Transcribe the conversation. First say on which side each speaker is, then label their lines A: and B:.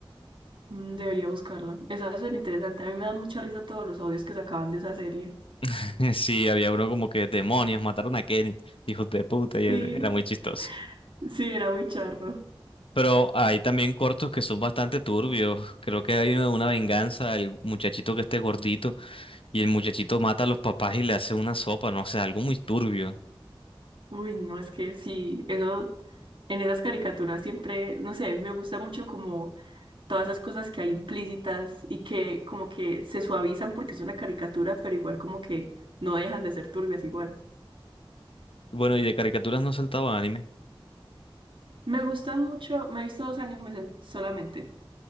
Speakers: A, on the right; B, on the left.
A: Mm, Debería buscarla. Esa suena interesante. A mí me dan mucha risa todos los audios que sacaban de esa serie.
B: <laughs> Sí, había uno como que demonios, mataron a Kenny, hijos de puta, y era
A: Sí,
B: muy chistoso.
A: sí, era muy charro.
B: Pero hay también cortos que son bastante turbios. Creo que hay uno de una venganza, el muchachito que esté gordito y el muchachito mata a los papás y le hace una sopa, no sé, algo muy turbio.
A: Uy, no, es que sí, eso en esas caricaturas siempre, no sé, me gusta mucho como todas esas cosas que hay implícitas y que como que se suavizan porque es una caricatura, pero igual como que no dejan de ser turbias igual.
B: Bueno, y de caricaturas no saltaba anime.
A: Me gustan mucho, me he visto dos animes en- solamente,